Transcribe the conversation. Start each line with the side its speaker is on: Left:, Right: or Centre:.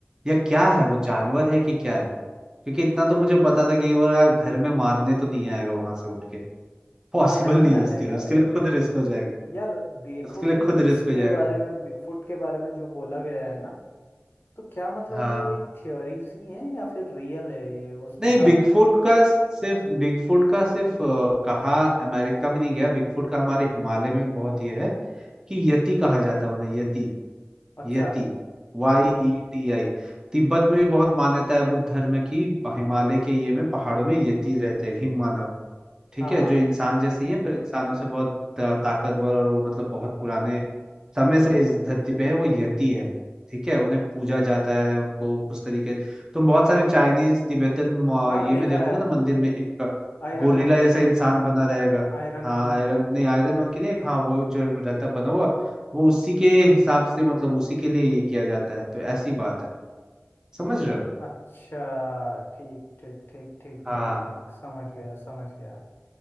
Right: या क्या है वो जानवर है कि क्या है क्योंकि इतना तो मुझे पता था कि वो यार घर में मारने तो नहीं आएगा वहां से उठ के पॉसिबल
Left: हाँ नहीं
Right: नहीं
Left: आएगा
Right: है उसके लिए उसके लिए खुद रिस्क हो जाएगा
Left: यार देखो
Right: उसके लिए
Left: कि
Right: खुद रिस्क
Left: इसके
Right: हो जाएगा
Left: बारे में बिगफुट के बारे में जो बोला गया है ना तो क्या मतलब
Right: हाँ
Left: ये थियोरीज ही हैं या फिर रियल है ये उस
Right: नहीं
Left: बिहाफ
Right: बिगफुट का सिर्फ बिगफुट का सिर्फ अ, कहा अमेरिका में नहीं गया बिगफुट का हमारे हिमालय में भी बहुत ये है कि यति कहा जाता है उन्हें yeti
Left: अच्छा
Right: yeti Y E T I Tibet में भी बहुत मान्यता है बुद्ध धर्म में कि हिमालय के ये में पहाड़ों में यति रहते हैं हिम मानव ठीक
Left: हाँ
Right: है
Left: हाँ
Right: जो इंसान जैसे ही है पर इंसानों से बहुत अ, ताकतवर और वो मतलब बहुत पुराने समय से इस धरती पे है वो यति है ठीक है उन्हें पूजा जाता है उनको उस तरीके तुम बहुत सारे चाइनीज तिब्बतन म-
Left: हाँ
Right: ये
Left: देखा
Right: में देखोगे
Left: है
Right: ना मंदिर में एक
Left: Iron
Right: गोरिल्ला
Left: monkey
Right: जैसा इंसान बना रहेगा
Left: Iron
Right: हाँ
Left: monkey
Right: आयरन नहीं आयरन मन की नहीं एक, हाँ वो जो रहता है बना हुआ वो उसी के हिसाब से मतलब उसी के लिए ये किया जाता है तो ऐसी बात है समझ रहे हो
Left: अच्छा ठीक ठीक ठीक ठीक
Right: हाँ
Left: ठीक ठीक समझ गया समझ गया